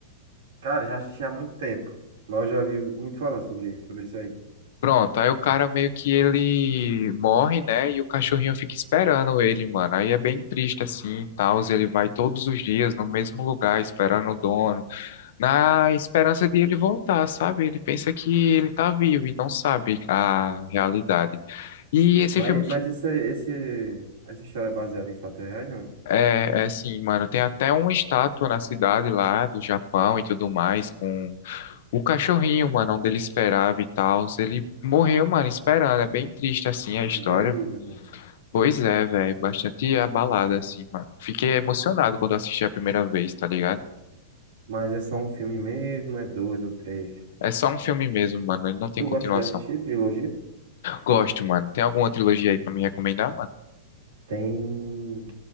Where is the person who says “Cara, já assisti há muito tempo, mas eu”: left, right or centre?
Right